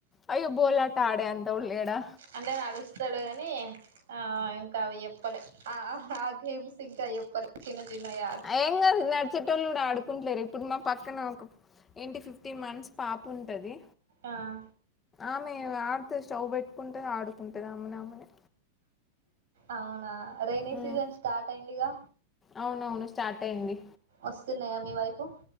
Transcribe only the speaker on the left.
అయ్యో బోలాట ఆడే అంత కూడా లేడా
ఆ ఏహే నడిచేటోళ్ళు కూడా ఆడుకుంటలేరా ఇప్పుడు మా పక్కన ఒక ఏంటి ఫిఫ్టీన్ మంత్స్ పాప ఉంటది.
ఆమె ఇగ ఆడితే స్టవ్ పెట్టుకుంటే ఆడుకుంటది ఆమెనామెనే
ఉమ్
అవునవును స్టార్ట్ అయ్యింది.